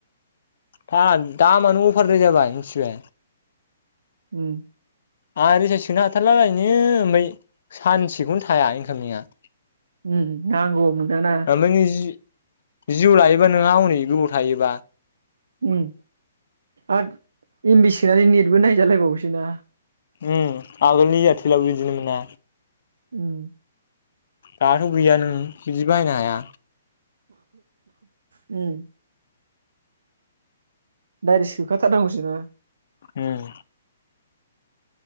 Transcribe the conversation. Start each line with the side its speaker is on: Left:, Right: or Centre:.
Left: दा दामानो अभारद्राय जाबाय मिथिबाय
Right: उम
Left: आंहा रिसास सोनो हाथारला ओरैनो ओमफ्राय सानसेखौनो थाया इनकामिंया
Right: उम नांगौ। मोनाना
Left: ओमफ्राय नों जि जिअ' लायोबा नोंहा हनै गोबाव थायोबा
Right: ओम आरो एमबि सोनानै नेटबो नायजालायबावोसोन ना?
Left: ओम आगोलनि एयारतेलाबो बिदिनो मोना।
Right: ओम।
Left: दाथ' गैया नों बिदि बाहायनो हाया।
Right: ओम। डाइरेक्ट सोखाथारनांगौसो ना?
Left: होम।